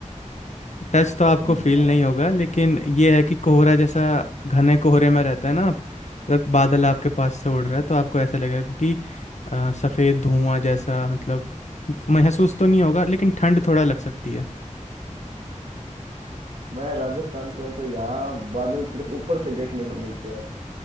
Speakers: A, on the left (about 60°); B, on the right (about 65°).
A: टच तो आपको
B: जी
A: फील
B: जी आप
A: नहीं होगा लेकिन ये है कि कोहरा जैसा घने कोहरे में रहता है ना आप अगर बादल आपके पास से उड़ रहा है तो आपको ऐसा लगेगा कि अ, सफ़ेद धुआं जैसा मतलब महसूस तो नहीं होगा लेकिन ठंड थोड़ा लग सकती है
B: मैं राजस्थान से हूँ तो यहाँ बादल सिर्फ ऊपर से देखने को मिलते हैं